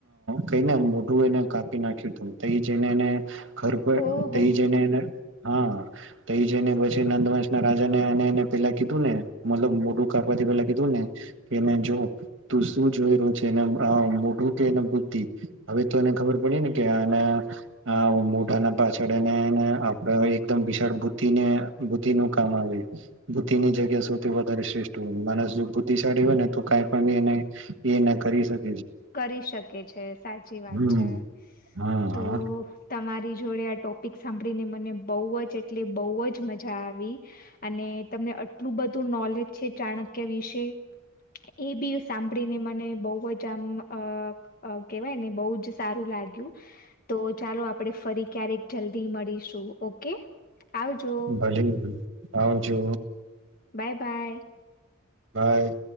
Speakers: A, on the right (about 60°); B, on the left (about 40°).
A: કઈ ને મોઢું એને કાપી નાખ્યું તું જને એને ઘર પર
B: ઓહો
A: થઈ જઈને એને હા તો એ જને પછી નંદવંશ ના રાજા ને અને એને પેલા કીધું ને મતલબ મોટું કાઇપા તો પેલાં કીધુંને કે એ જો તું શું જોઈ રહ્યો છે આહ મોઢું કે બુદ્ધિ હવે તો એને ખબર પડી ને કે આ આહ મોઢા ના પાછળ એને આપડા એકદમ વિશાળ બુદ્ધિને બુદ્ધિ નું કામ આવે બુદ્ધિની જગ્યા સૌથી વધારે શ્રેષ્ઠ તો માણસ જો બુદ્ધિશાળી હોય ને તો કઈ પણ બી એને એ ના કરી શક
B: કરી શકે છે, સાચી વાત
A: હમ
B: છે.
A: હા
B: તો
A: હા
B: તમારી જોડે આ ટોપિક સાંભળીને મને બહુ જ એટલે બહુ જ મજા આવી અને તમને આટલું બધું નોલેજ છે ચાણક્ય વિશે એ બી સાંભળીને મને બહુ જ આમ અહ અહ કેવાય ને બહુ જ સારું લાગ્યું. તો ચાલો આપણે ફરી ક્યારેક જલ્દી મળીશું ઓકે. આવજો
A: ભલી લીધી આવજો.
B: Bye bye.
A: બાય.